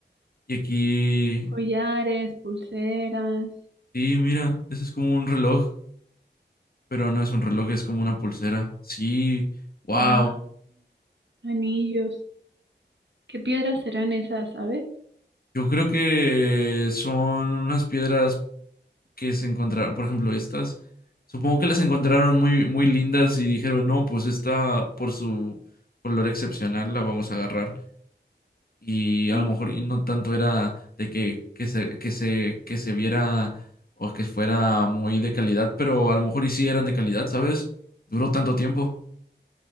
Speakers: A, on the left; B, on the right.
A: Y aquí,
B: collares, pulseras,
A: sí, mira, eso es como un reloj, pero no es un reloj, es como una pulsera. Sí, wow,
B: wow, anillos, ¿qué piedras serán esas, sabes?
A: yo creo que son unas piedras que se encontraron, por ejemplo, estas, supongo que las encontraron muy, muy lindas y dijeron, no, pues esta por su color excepcional la vamos a agarrar. Y
B: Oye,
A: a lo mejor y no tanto era de que, que se, que se, que se viera o que fuera muy de calidad, pero a lo mejor y sí eran de calidad, ¿sabes? Duró tanto tiempo.